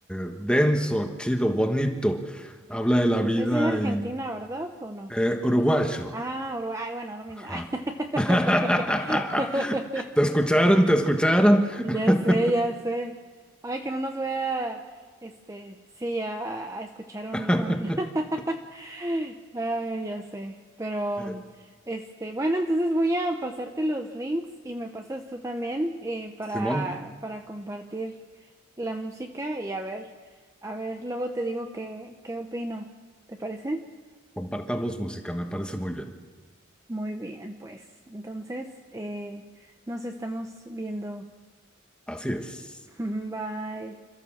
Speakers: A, in the centre; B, on the right.
A: denso, chido, bonito, habla de la vida
B: Es de Argentina,
A: y
B: ¿verdad? ¿O no?
A: eh, uruguayo.
B: Ah, Uruguay, bueno, lo mismo.
A: Ajá. <laughs>
B: <laughs>
A: Te escucharon, te escucharon.
B: Ya
A: <laughs>
B: sé, ya sé. Ay, que no nos voy a, este, sí, a, a escuchar un,
A: <laughs>
B: un... <laughs> Ay, ya sé. Pero,
A: Eh,
B: este, bueno, entonces voy a pasarte los links y me pasas tú también eh, para,
A: Simón,
B: para compartir la música y a ver, a ver, luego te digo qué, qué opino. ¿Te parece?
A: compartamos música, me parece muy bien.
B: Muy bien, pues. Entonces, eh, nos estamos viendo.
A: Así es.
B: <laughs> Bye.